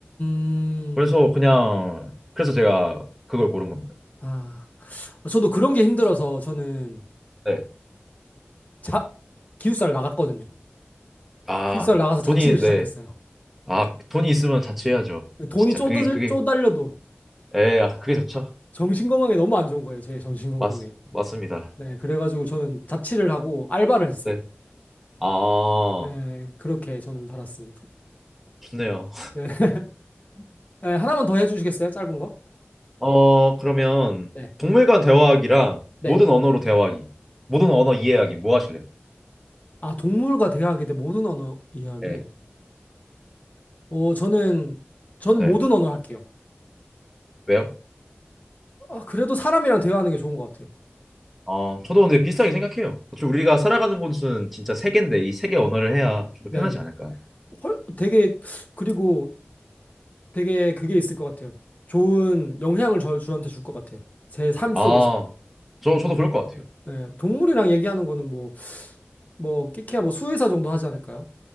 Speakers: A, on the left; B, in the centre.
A: 음,
B: 그래서 그냥 그래서 제가 그걸 고른 겁니다.
A: 아. 저도 그런 게 힘들어서 저는
B: 네.
A: 자, 기숙사를 나갔거든요.
B: 아,
A: 기숙사를 나가서 자취를
B: 돈이
A: 시작했어요.
B: 네. 아, 돈이 있으면 자취해야죠.
A: 돈이
B: 진짜
A: 쪼들,
B: 그게 그게
A: 쪼달려도
B: 에, 아, 그게 좋죠.
A: 정신건강에 너무 안 좋은 거예요, 제 정신건강에.
B: 맞 맞습니다.
A: 네, 그래가지고 저는 자취를 하고 알바를 했어요.
B: 네. 아,
A: 네, 그렇게 저는 살았습니다.
B: 좋네요.
A: 네. <laughs> 네, 하나만 더 해주시겠어요? 짧은 거?
B: 어, 그러면
A: 네.
B: 동물과 대화하기랑
A: 네.
B: 모든 언어로 대화하기. 모든 언어 이해하기 뭐 하실래요?
A: 아, 동물과 대화하기 대 모든 언어 이야기.
B: 네.
A: 어, 저는, 저는
B: 네.
A: 모든 언어 할게요.
B: 왜요?
A: 아, 그래도 사람이랑 대화하는 게 좋은 것 같아요.
B: 어, 저도 근데 비슷하게 생각해요. 어차피 우리가 살아가는 곳은 진짜 세계인데 이 세계 언어를 해야 좀 더
A: 네.
B: 편하지 않을까요?
A: 헐, 되게, 그리고 되게 그게 있을 것 같아요. 좋은 영향을 저, 저한테 줄 것 같아요. 제 삶
B: 아,
A: 속에서.
B: 저, 저도
A: 네.
B: 그럴 것 같아요.
A: 네. 동물이랑 얘기하는 거는 뭐, 뭐, 끼키야 뭐 수의사 정도 하지 않을까요?